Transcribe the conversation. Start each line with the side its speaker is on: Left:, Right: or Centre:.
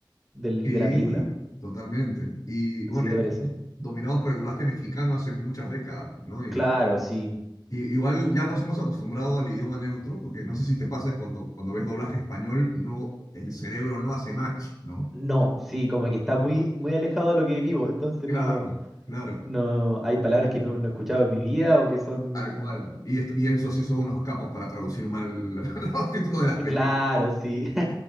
Centre: del-
Left: Sí,
Centre: de la película.
Left: totalmente. Y bueno,
Centre: ¿Así te
Left: y estamos
Centre: parece?
Left: dominados por el doblaje mexicano hace muchas décadas, ¿no? Y,
Centre: Claro, sí.
Left: y igual ya nos hemos acostumbrado al idioma neutro, porque no sé si te pasa cuando, cuando ves doblaje español, no, el cerebro no hace match, ¿no?
Centre: No, sí, como que está muy, muy alejado de lo que vivo, entonces
Left: Claro,
Centre: no,
Left: claro,
Centre: no, hay palabras que no, no he escuchado en mi vida o que son
Left: tal cual. Y, esto- y eso sí son unos capos para traducir mal <laughs> los títulos de las películas.
Centre: Claro, sí.